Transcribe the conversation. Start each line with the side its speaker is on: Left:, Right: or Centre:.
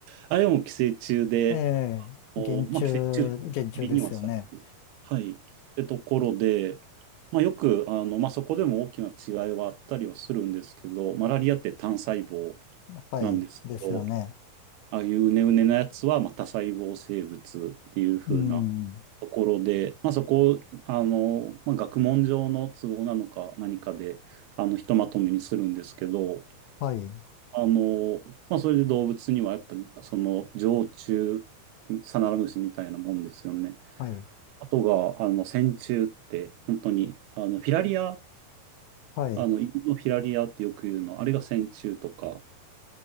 Right: あれも寄生虫で、
Left: ええ原虫、
Right: お、まあ、寄生虫って隔にはされる。
Left: 原虫ですよね。
Right: はい。ってところで、まあ、よく、あの、まあ、そこでも大きな違いはあったりはするんですけど、マラリアって単細胞
Left: はい、
Right: なんですけど、
Left: ですよね。
Right: ああいううねうねなやつは、まあ、多細胞生物っていう風な
Left: うん。
Right: ところで、まあ、そこ、あの、まあ、学問上の都合なのか何かで、あの、ひとまとめにするんですけど、
Left: はい、
Right: あの、まあ、それで動物にはやっぱり、その、常虫、サナラムシみたいなもんですよね。
Left: はい、
Right: あとが、あの、線虫って、本当に、あの、フィラリア、
Left: はい、
Right: あの、犬のフィラリアってよく言うの、あれが線虫とか